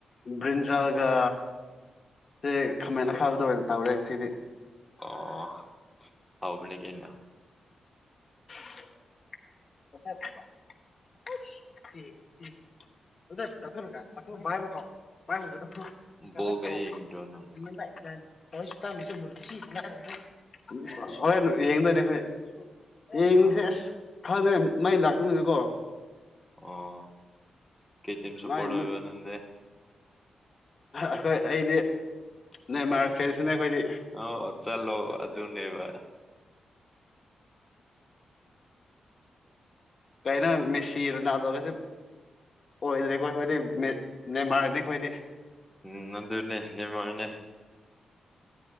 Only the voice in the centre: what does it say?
ꯑꯣ ꯍꯥꯎꯕꯅꯤ ꯀꯩꯅꯣ
ꯕꯣꯜꯒ ꯌꯦꯡꯗ꯭ꯔꯣ ꯅꯪ
ꯑꯥ
ꯑꯣ ꯀꯩ ꯇꯤꯝ ꯁꯞꯄꯣꯔꯠ
ꯑꯣꯏꯕ ꯅꯪꯗꯦ
ꯑꯥꯎ ꯆꯠꯂꯣ ꯑꯗꯨꯅꯦꯕ
ꯎꯝ ꯅꯗꯨꯅꯦ ꯅꯦꯃꯥꯔꯅꯦ